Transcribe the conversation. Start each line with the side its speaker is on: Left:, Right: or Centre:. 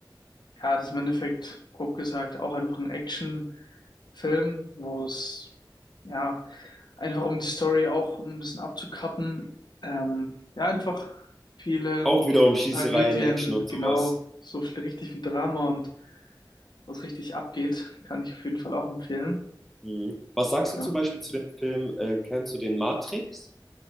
Left: Ja, das ist im Endeffekt, grob gesagt, auch einfach ein Action-Film, wo es, ja, einfach um die Story auch ein bisschen abzukappen, ähm, ja, einfach viele
Centre: Auch wieder um Schießereien,
Left: Tragödien,
Centre: Action und sowas.
Left: genau, so viel, richtig viel Drama und was richtig abgeht, kann ich auf jeden Fall auch empfehlen.
Centre: Mhm. Was sagst du
Left: Genau,
Centre: zum Beispiel zu dem Film, äh, kennst du den Matrix?